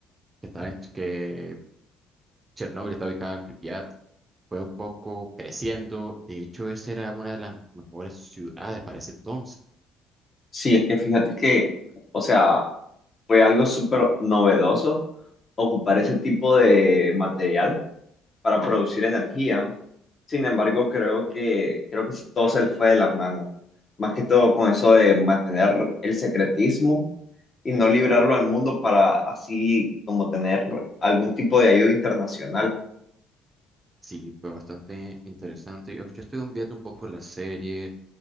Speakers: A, on the right; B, on the left.
A: que está en, que Chernóbil está ubicada en Pripyat, fue un poco creciendo, de hecho esa era una de las mejores ciudades para ese entonces
B: Sí, es que fíjate que, o sea, fue algo súper novedoso ocupar ese tipo de material para producir energía. Sin embargo, creo que, creo que sí, todo se les fue de las manos. Más que todo con eso de mantener el secretismo y no librarlo al mundo para así como tener algún tipo de ayuda internacional.
A: Sí, fue bastante interesante. Yo, yo estuve viendo un poco la serie